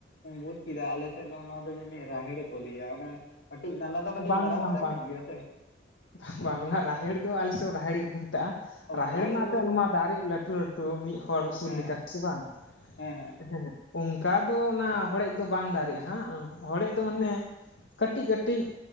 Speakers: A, on the left; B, on the left.
A: ᱵᱩᱡᱽ ᱠᱮᱫᱟ ᱟᱞᱮ ᱥᱮᱫ ᱫᱚ ᱚᱱᱟ ᱫᱚ ᱡᱟᱹᱱᱤᱡ ᱨᱟᱦᱮᱲ ᱠᱚ ᱞᱟᱹᱭᱟ ᱚᱱᱮ ᱠᱟᱹᱴᱤᱡ ᱫᱟᱱᱟ ᱫᱚ ᱠᱟᱹᱴᱤᱡ
B: ᱵᱟᱝ
A: ᱢᱟᱨᱟᱝ
B: ᱵᱟᱝ
A: ᱢᱟᱨᱟᱝ ᱧᱚᱜ ᱜᱮᱭᱟ ᱥᱮ᱾
B: ᱵᱟᱝ ᱵᱟᱝ ᱚᱱᱟ ᱨᱟᱦᱮᱲ ᱫᱚ ᱟᱞᱮ ᱥᱮᱫ ᱨᱟᱦᱮᱲ ᱜᱮᱠᱚ ᱢᱮᱛᱟᱜᱼᱟ
A: ᱚ
B: ᱨᱟᱦᱮᱲ ᱢᱟ
A: ᱜᱮᱠᱚ
B: ᱮᱱᱛᱮᱫ
A: ᱢᱮᱛᱟᱜᱼᱟ
B: ᱚᱱᱟ ᱫᱟᱨᱮ ᱞᱟᱹᱴᱩ ᱞᱟᱹᱴᱩ ᱞᱟᱹᱴᱩ ᱢᱤᱫ ᱦᱚᱲ ᱩᱥᱩᱞ
A: ᱦᱮᱸ
B: ᱞᱮᱠᱟ ᱥᱮ ᱵᱟᱝ᱾
A: ᱦᱮᱸ ᱦᱮᱸ᱾
B: ᱦᱮᱸ ᱦᱮᱸ ᱚᱱᱠᱟ ᱫᱚ ᱚᱱᱟ ᱦᱚᱲᱮᱡ ᱫᱚ ᱵᱟᱝ ᱫᱟᱨᱮᱜᱼᱟ ᱦᱟᱸᱜ ᱦᱚᱲᱮᱡ ᱫᱚ ᱢᱟᱱᱮ ᱠᱟᱹᱴᱤᱡ ᱠᱟᱹᱴᱤ ᱴᱤᱡ